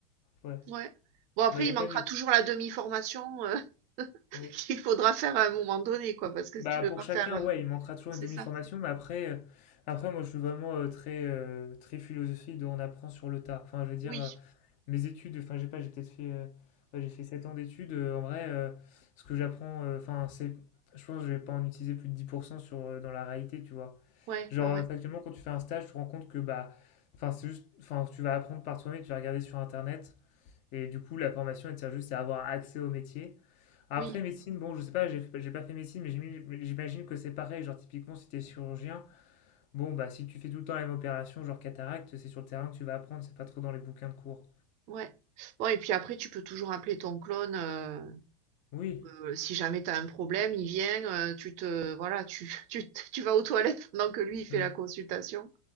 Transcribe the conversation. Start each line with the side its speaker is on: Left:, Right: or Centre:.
Left: Ouais.
Right: Ouais. Bon après,
Left: Bah, il y
Right: il
Left: a
Right: manquera
Left: quand même
Right: toujours
Left: des...
Right: la demi-formation euh,
Left: ouais.
Right: <laughs> qu'il faudra faire à un moment donné, quoi, parce que
Left: Bah
Right: si tu peux
Left: pour
Right: pas
Left: chacun,
Right: faire. euh,
Left: ouais, il manquera toujours
Right: C'est
Left: une demi-formation,
Right: ça.
Left: mais après, euh, après moi je suis vraiment euh, très euh, très philosophique de on apprend sur le tas. Enfin, je veux dire,
Right: Oui.
Left: euh, mes études, enfin j'ai pas, j'ai peut-être fait, euh, ouais, j'ai fait 7 ans d'études. euh, en vrai, euh, ce que j'apprends, euh, enfin c'est, je pense que je vais pas en utiliser plus de 10% sur euh, dans la réalité, tu vois.
Right: Ouais,
Left: Genre
Right: ouais, ouais.
Left: euh, factuellement quand tu fais un stage, tu te rends compte que bah, enfin c'est juste, enfin tu vas apprendre par toi-même, tu vas regarder sur internet, et du coup la formation elle te sert juste à avoir accès au métier. Après,
Right: Oui.
Left: médecine, bon, je sais pas, j'ai j'ai pas fait médecine, mais j'imagine j'imagine que c'est pareil. Genre, typiquement, si t'es chirurgien, bon, bah, si tu fais tout le temps la même opération, genre cataracte, c'est sur le terrain que tu vas apprendre, c'est pas trop dans les bouquins de cours.
Right: Ouais. Bon, et puis après, tu peux toujours appeler ton clone euh,
Left: Oui.
Right: euh, si jamais tu as un problème, il vient, euh, tu te voilà, tu, <laughs> tu, te- tu vas aux toilettes pendant que lui il fait
Left: ouais.
Right: la consultation,